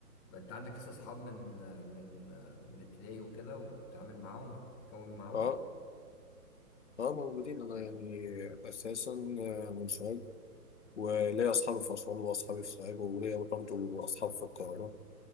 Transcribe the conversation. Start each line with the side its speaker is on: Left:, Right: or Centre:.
Centre: ما انت عندك لسه اصحاب من آه، من آه، من ابتدائي وكده وبتتعامل معاهم بتتكون معاهم
Left: اه اه موجودين انا يعني اساسا آه، من سوهاج وليا أصحابي في أسوان وأصحابي في سوهاج وليا برضه أصحاب في القاهرة